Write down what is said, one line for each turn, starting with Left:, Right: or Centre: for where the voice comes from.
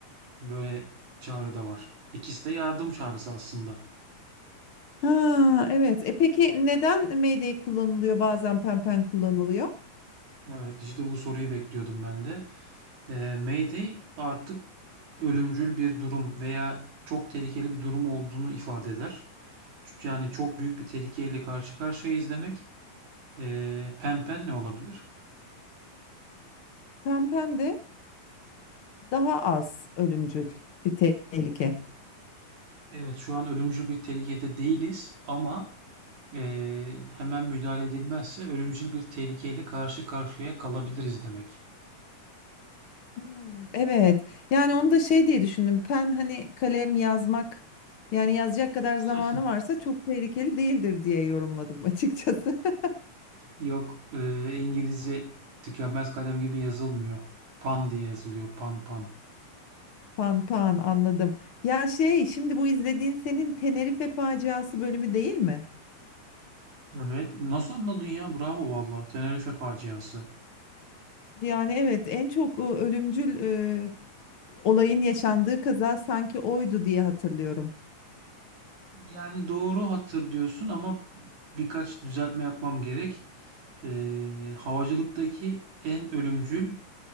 Right: böyle çağrı da var. İkisi de yardım çağrısı aslında.
Left: Ha, evet. E peki neden Mayday kullanılıyor bazen pempen kullanılıyor?
Right: Evet, işte bu soruyu bekliyordum ben de. Eee Mayday artık ölümcül bir durum veya çok tehlikeli bir durum olduğunu ifade eder. Yani çok büyük bir tehlikeyle karşı karşıyayız demek. Eee pen pen ne olabilir?
Left: Pempen de daha az ölümcül bir te- tehlike.
Right: Evet, şu an ölümcül bir tehlikede değiliz ama eee, hemen müdahale edilmezse ölümcül bir tehlikeyle karşı karşıya kalabiliriz demek.
Left: Hmm, evet. Yani onu da şey diye düşündüm. Pen hani kalem yazmak yani yazacak kadar
Right: <laughs>
Left: zamanı varsa çok tehlikeli değildir diye yorumladım açıkçası. <laughs>
Right: Yok, eee, İngilizce tükenmez kalem gibi yazılmıyor. Pan diye yazılıyor. Pan pan.
Left: Panpan anladım. Ya şey şimdi bu izlediğin senin Tenerife faciası bölümü değil mi?
Right: Evet. Nasıl anladın ya? Bravo valla. Tenerife faciası.
Left: Yani evet en çok e, ölümcül e, olayın yaşandığı kaza sanki oydu diye hatırlıyorum.
Right: Yani doğru hatırlıyorsun ama birkaç düzeltme yapmam gerek. Eee havacılıktaki en ölümcül